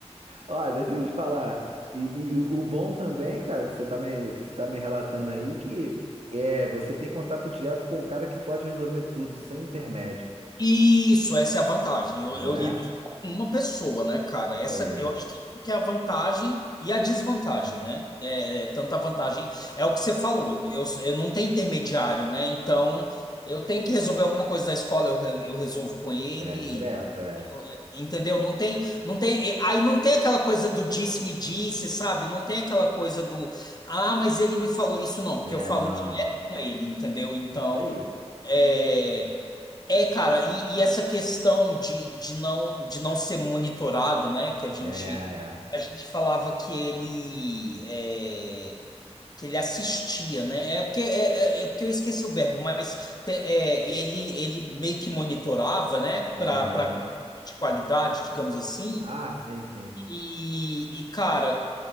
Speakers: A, on the right; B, on the left.
A: Olha, deixa eu te falar. E, e o bom também, cara, que você tá me, que você tá me relatando aí, que é, você tem contato direto com o cara que pode resolver tudo, sem intermédio,
B: Isso, essa é a vantagem. Eu,
A: não
B: eu
A: é?
B: lido só com uma pessoa, né, cara? Essa
A: É,
B: eu acho que que é a vantagem e a desvantagem, né? É, é, tanta vantagem. É o que você falou, eu, eu, eu não tenho intermediário, né? Então eu tenho que resolver alguma coisa da escola, eu, re- eu resolvo com ele.
A: é direto, é.
B: eu- Entendeu? Não tem, não tem, aí não tem aquela coisa do disse-me disse, sabe? Não tem aquela coisa do, ah, mas ele me falou isso, não, porque
A: É,
B: eu falo
A: não.
B: direto com ele, entendeu? Então.
A: Isso aí.
B: É, é, cara, e, e essa questão de, de não de não ser monitorado, né? Que a gente
A: É, é.
B: a gente falava que ele é, que ele assistia, né? É porque é, é- é porque eu esqueci o verbo, mas te- é, ele ele meio que monitorava, né? Para
A: Aham.
B: para de qualidade, digamos assim.
A: Ah, sim, sim.
B: E, e cara,